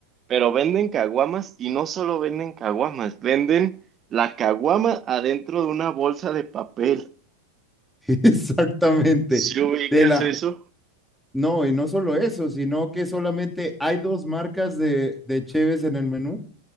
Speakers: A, on the right; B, in the centre.
A: pero venden caguamas y no solo venden caguamas, venden la caguama adentro de una bolsa de papel.
B: <laughs> exactamente.
A: si ubicas
B: De la,
A: eso?
B: no, y no solo eso, sino que solamente hay dos marcas de, de cheves en el menú,